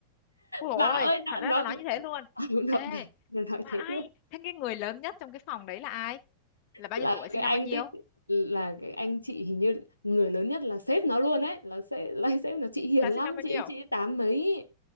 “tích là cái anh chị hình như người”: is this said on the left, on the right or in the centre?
Left